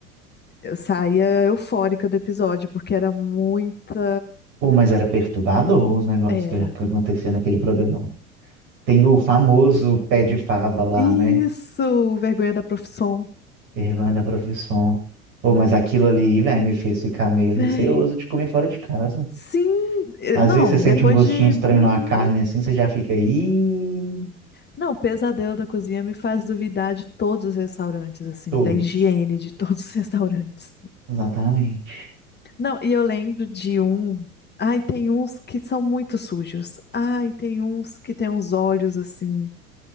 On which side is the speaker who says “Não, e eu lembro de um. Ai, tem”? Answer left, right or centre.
Left